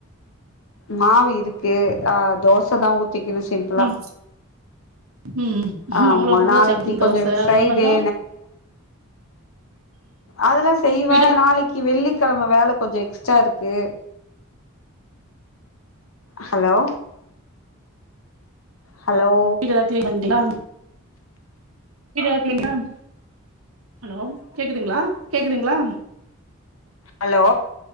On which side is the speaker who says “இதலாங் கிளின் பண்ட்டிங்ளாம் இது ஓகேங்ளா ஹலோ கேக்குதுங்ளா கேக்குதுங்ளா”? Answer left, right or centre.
Right